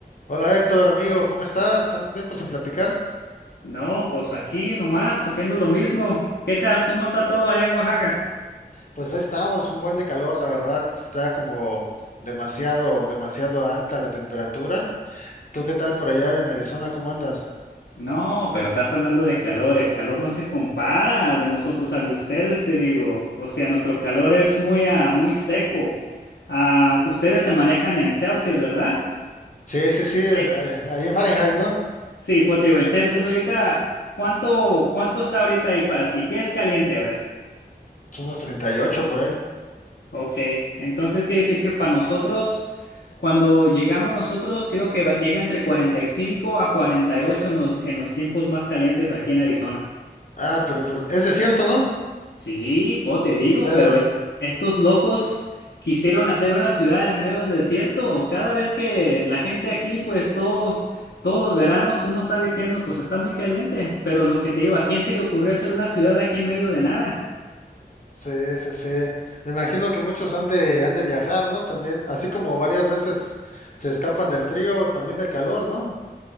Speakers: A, on the left (about 50°); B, on the left (about 85°).
A: Hola Héctor, amigo, ¿cómo estás? Tanto tiempo sin platicar.
B: No, pues aquí nomás haciendo lo mismo. ¿Qué tal? ¿Cómo está todo allá en Oaxaca?
A: Pues ahí estamos, un buen de calor, la verdad, está como demasiado, demasiado alta la temperatura. ¿Tú qué tal por allá en Arizona? ¿Cómo andas?
B: No, pero estás hablando de calor. El calor no se compara de nosotros al de ustedes, te digo. O sea, nuestro calor es muy, ah, muy seco. Ah, ustedes se manejan en Celsius, ¿verdad?
A: Sí, sí, sí, es,
B: Sí,
A: eh, ahí en Fahrenheit, ¿no?
B: Sí, pues te digo, el Celsius ahorita, ¿cuánto, cuánto está ahorita ahí para ti? ¿Qué es caliente? A ver.
A: Son unos 38 por ahí.
B: Ok, entonces quiere decir que para nosotros, cuando llegamos nosotros, creo que va- llega entre 45 a 48 en los, en los tiempos más calientes aquí en Arizona.
A: Ah, pero por- es desierto, ¿no?
B: Sí, po, te digo,
A: Eh,
B: pero estos locos quisieron hacer una ciudad en medio del desierto. Cada vez que la gente aquí, pues todos, todos los veranos uno está diciendo, pues está muy caliente, pero lo que te digo, ¿a quién se le ocurrió hacer una ciudad aquí en medio de nada?
A: sí, sí, sí. Me imagino que muchos han de, han de viajar, ¿no? También, así como varias veces se escapan del frío, también del calor, ¿no?